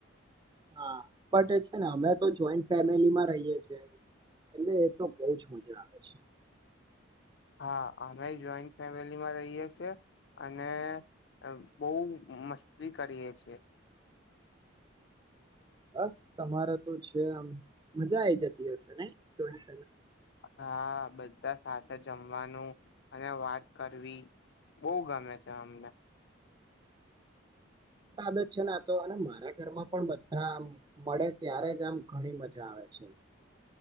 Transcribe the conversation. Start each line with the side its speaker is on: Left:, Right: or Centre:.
Right: હા પણ છે ને અમે તો જોઈન્ટ ફેમિલીમાં રહીએ છે. એટલે એ તો બહુ જ મજા આવે છે.
Left: હા અમે જોઈન્ટ ફેમિલીમાં રહીયે છે અને અ બઉ મસ્તી કરીયે છે
Right: બસ તમારે તો છે આમ મજા આઈ જતી હશે ને ચોરી
Left: હા બધા સાચા જ જમવાનું અને વાત કરવી બઉ ગમે છે એમને.
Right: સાદ જ છે ને તો અને મારા ઘરમાં પણ બધા આમ મળે ત્યારે જ આમ ઘણી મજા આવે. છે.